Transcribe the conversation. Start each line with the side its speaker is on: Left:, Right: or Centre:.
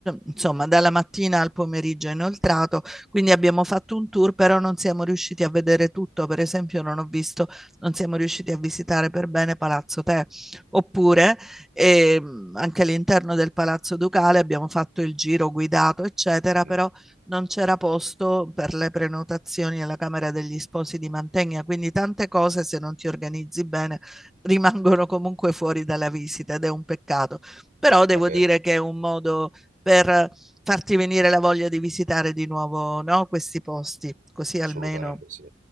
Centre: insomma, dalla mattina al pomeriggio inoltrato, quindi abbiamo fatto un tour, però non siamo riusciti a vedere tutto. Per esempio, non ho visto, non siamo riusciti a visitare per bene Palazzo Te, oppure ehm, anche all'interno del Palazzo Ducale abbiamo fatto il giro guidato, eccetera,
Right: Mhm.
Centre: però non c'era posto per le prenotazioni alla Camera degli Sposi di Mantegna, quindi tante cose se non ti organizzi bene rimangono comunque fuori dalla visita ed è un peccato. Però devo
Right: Vabbè,
Centre: dire che è un modo per farti venire la voglia di visitare di nuovo no, questi posti, così almeno
Right: assolutamente sì.